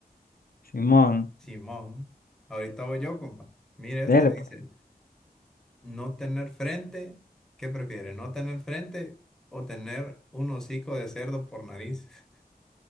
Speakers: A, on the left; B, in the centre.
A: Simón,
B: Simón, ahorita voy yo, compa. Mire,
A: dele
B: este dice,
A: pues.
B: no tener frente, ¿qué prefiere? ¿No tener frente o tener un hocico de cerdo por nariz? <laughs>